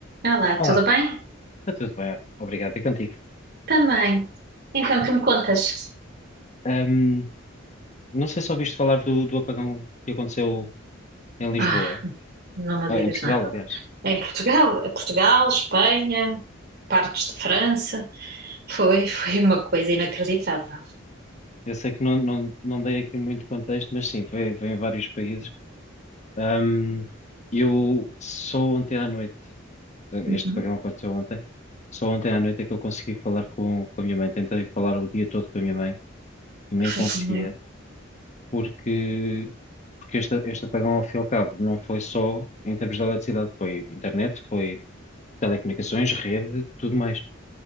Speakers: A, on the right (about 50°); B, on the left (about 35°).
A: Olá,
B: Olá,
A: tudo bem?
B: está tudo bem? Obrigado, e contigo?
A: Também. Então, que me contas?
B: Ahm, não sei se ouviste falar do, do apagão que aconteceu em Lisboa,
A: Ah, não me
B: ah,
A: digas
B: em Portugal,
A: nada.
B: aliás.
A: Em Portugal, eh, Portugal, Espanha, partes de França, foi, <laughs> foi uma coisa inacreditável.
B: Eu sei que não, não, não dei aqui muito contexto, mas sim, foi, foi em vários países. Ahm, eu só ontem à noite,
A: Uhum,
B: este apagão aconteceu ontem, só ontem à noite é que eu consegui falar com, com a minha mãe. Tentei falar o dia todo com a minha mãe e nem
A: Foi
B: conseguia,
A: como eu.
B: porque porque este, este apagão, ao fim e ao cabo, não foi só em termos de eletricidade, foi internet, foi telecomunicações, rede, tudo mais.